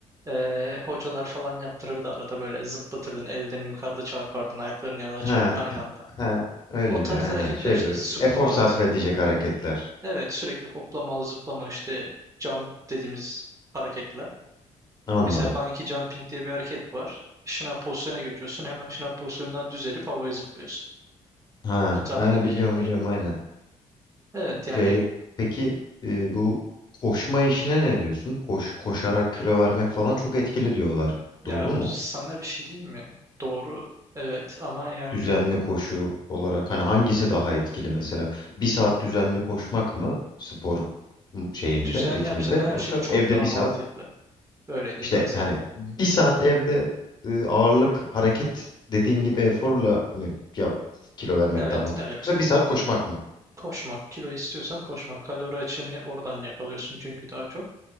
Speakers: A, on the right; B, on the left.
A: eee, hocalar falan yaptırırdı arada böyle zıplatırdın ellerini yukarıda çarpardın ayaklarını yana açarak
B: Ha,
A: aynı anda.
B: ha, öyleli
A: O tarz
B: aynen.
A: hareketler
B: Şey
A: işte
B: böyle
A: squat.
B: bir efor sarf edecek hareketler.
A: Evet sürekli hoplamalı zıplama işte jump dediğimiz hareketler.
B: Anladım.
A: Mesela bungee jumping diye bir hareket var. Şınav pozisyona geçiyorsun hemen şınav pozisyonundan düzelip havaya zıplıyorsun.
B: Ha,
A: Bu tarz
B: ha
A: hareketler.
B: biliyorum biliyorum aynen.
A: Evet yani
B: Şey, peki e, bu koşma işine ne diyorsun? Koş, koşarak kilo vermek falan çok etkili diyorlar.
A: ya
B: Doğru mu?
A: sana bir şey diyeyim mi? Doğru evet ama yani
B: düzenli koşu olarak hani hangisi daha etkili mesela? Bir saat düzenli koşmak mı spor m- şeyinde,
A: Düzen
B: ritminde
A: yaptığın her
B: yoksa
A: şey çok
B: evde
A: daha
B: bir
A: mantıklı.
B: saat
A: Öyle diyeyim
B: işte
A: ben sana.
B: hani bir saat evde e, ağırlık hareket dediğin gibi eforla mı yap, kilo vermek
A: Evet,
B: daha mantıklı
A: evet.
B: yoksa bir saat koşmak mı?
A: Koşmak, kilo istiyorsan koşmak. Kalori açığını oradan yakalıyorsun çünkü daha çok.